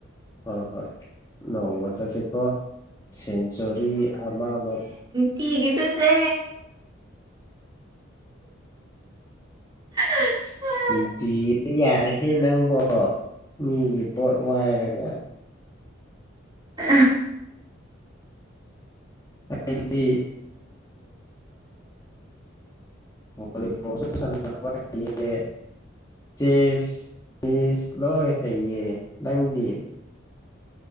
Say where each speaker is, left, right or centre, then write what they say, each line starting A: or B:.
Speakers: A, on the left; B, on the right.
A: ꯍꯣꯏ ꯍꯣꯏ ꯅꯣꯡꯃ ꯆꯠꯁꯤꯀꯣ ꯁꯦꯟꯆꯨꯔꯤ ꯑꯃ ꯑꯃ
B: ꯀꯤꯈꯤꯕꯗꯨꯁꯦ ꯎ
A: ꯅꯨꯡꯇꯤꯕ ꯌꯥꯔꯍꯦ ꯅꯪꯕꯣ ꯃꯤꯒꯤ ꯄꯣꯠ ꯋꯥꯏꯔꯒ
B: ꯑ
A: ꯑꯩꯗꯤꯕ ꯃ ꯆꯦꯁ ꯆꯤꯁ ꯂꯣꯏ ꯍꯩꯌꯦ ꯅꯪꯗꯤ